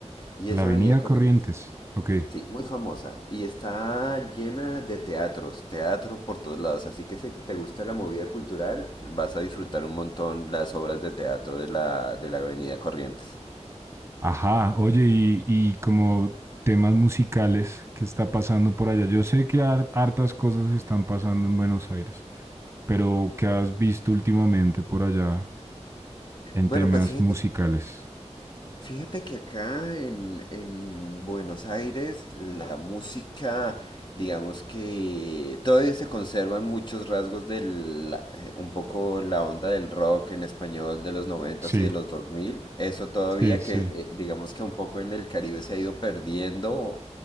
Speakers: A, on the left (about 40°); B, on the right (about 25°).
A: Y
B: La
A: esa
B: Avenida
A: Avenida Corrientes
B: Corrientes.
A: es,
B: Ok.
A: sí, muy famosa y está llena de teatros, teatro por todos lados. Así que si te gusta la movida cultural, vas a disfrutar un montón las obras de teatro de la, de la Avenida Corrientes.
B: Ajá, oye, y, y como temas musicales, ¿qué está pasando por allá? Yo sé que har- hartas cosas están pasando en Buenos Aires, pero ¿qué has visto últimamente por allá en
A: Bueno,
B: temas
A: pues fíjate
B: musicales?
A: Fíjate que acá en, en Buenos Aires la música, digamos que todavía se conservan muchos rasgos del, eh, un poco la onda del rock en español de los noventas
B: Sí,
A: y de los 2000. Eso todavía
B: sí, sí,
A: que eh, digamos que un poco en el Caribe se ha ido perdiendo,